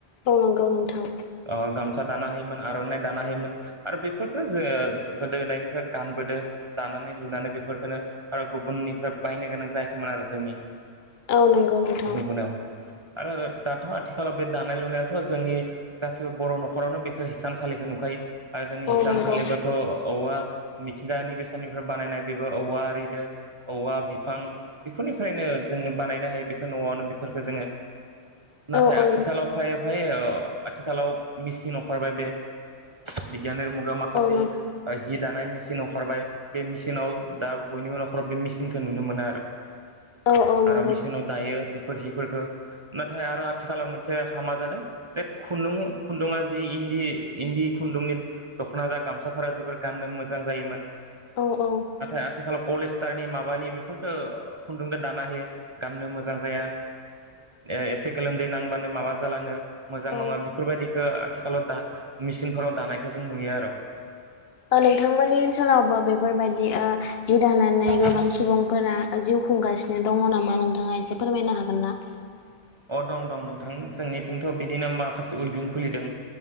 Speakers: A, on the left; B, on the right.
A: औ नंगौ नोंथां।
B: ओ गामसा दाना होयोमोन आर'नाइ दानो होयोमोन। आरो बेफोरखौ जोङो गोदो गोदायनिफ्राय गानबोदों। दानानै लुनानै बेफोरखौनो आरो गुबुननिफ्राय बायनो गोनां जायाखैमोन आरो जोंनि
A: औ नंगौ नोंथां
B: बुंनाव आरो दाथ' आथिखालाव बे दानाय लुनायाथ' गासैबो बर' न'खरावनो हिसानसालिखौ नुखायो। आरो जोंनि
A: औ
B: हिसानसालिबोथ'
A: नंगौ
B: औवा मिथिंगानि बेसादनिफ्राय बानायनाय बेबो औवा आरिदो औवा बिफां बेफोरनिफ्रायनो जोंनो बानायनो हायो बेखौ न'आवनो बेफोरफोरखौो जोङो। नाथाय
A: औ
B: आथिखालाव
A: औ
B: फाय फायै आथिखालाव मिेसिन ओखारबाय बे बिगियानारि मुगायाव माखासे
A: औ नंगौ नोंथां
B: हि दानाय मेचिन ओखारबाय। बे मेचिनाव दा बयनिबो न'खराव बे मेचिनखौ नुनो मोनो आरो
A: औ
B: आरो
A: औ
B: मिेशनाव दायो बेफोर हिफोरखौ नाथाय आरो आथिखालाव मोनसे हामा जादों बे खुन्दुं खुन्दुङा जि इन्दि इन्दि खुन्दुंनि दख'ना जा गामसाफोरा जोबोर गाननो मोजां जायोमोन।
A: औ औ
B: आथिखालाव माबानि बेफोरफोरखौ खुन्दुंजों दाना होायो। गाननो मोजां जाया एसे गोलोमदै नांबानो माबा जालाङो मोजां
A: नोंथांमोननि
B: नङा। बेफोरबायदिखौ आथिखालाव दा दानायखौ नुयो। आरो
A: नोंथांमोननि ओनसोलावबो बेफोरबायदि जि दानानै
B: औ
A: गोबां सुबुं फोर जिउ खुंगासिनो दङ नामा नोंथाङा एसे फोरमायनो हागोन ना
B: अ दं दं नोंथां जोंनिथिंथ' बिदिनो माखासे उइभिं खुलिदों